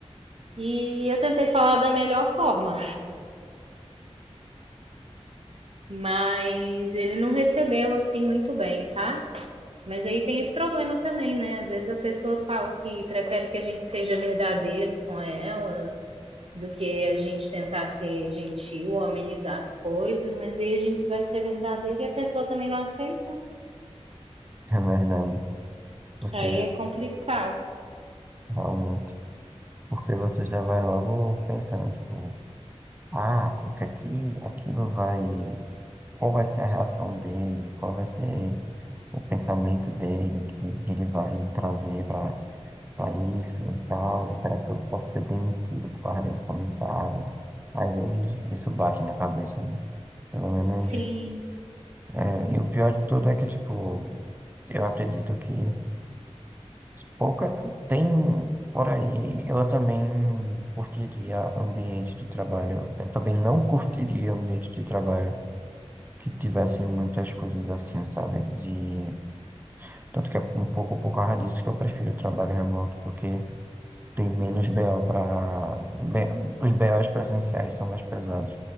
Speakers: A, on the right; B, on the right.
A: E eu tentei falar da melhor forma, Mas ele não recebeu assim muito bem, sabe? Mas aí tem esse problema também, né? Às vezes a pessoa fala que prefere que a gente seja verdadeiro com elas do que a gente tentar ser gentil ou amenizar as coisas, mas aí a gente vai ser verdadeiro e a pessoa também não aceita.
B: É verdade. Você
A: Aí é complicado.
B: realmente. Porque você já vai logo pensando, tipo, ah, o que é que aquilo vai. Qual vai ser a reação dele? Qual vai ser o pensamento dele que, que ele vai trazer para para isso e tal? Será que eu posso ser demitido por causa desse comentário? Às vezes isso bate na cabeça, né? Pelo menos.
A: Sim.
B: É, e o pior de tudo é que, tipo, eu acredito que pouca tem por aí. Eu também curtiria ambiente de trabalho. Eu também não curtiria ambiente de trabalho que tivessem muitas coisas assim, sabe? De... Tanto que é um pouco por causa disso que eu prefiro o trabalho remoto, porque tem menos BO para... Os BOs presenciais são mais pesados,